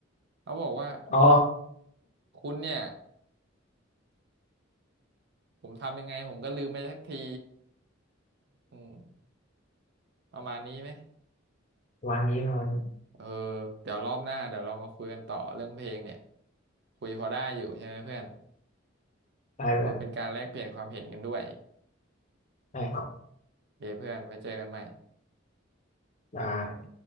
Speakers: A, on the right; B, on the left.
A: เขาบอกว่า
B: อ๋อ
A: คุณเนี่ยผมทำยังไงผมก็ลืมไปสักที อืม ประมาณนี้ไหม
B: วันนี้วันนี้
A: เออเดี๋ยวรอบหน้าเดี๋ยวเรามาคุยกันต่อเรื่องเพลงเนี่ยคุยพอได้อยู่ใช่ไหมเพื่อน
B: ตายไปแล้ว
A: หรือว่าเป็นการแลกเปลี่ยนความเห็นกันด้วย
B: ใช่ครับ
A: โอเคเพื่อนไปเจอกันใหม่
B: ได้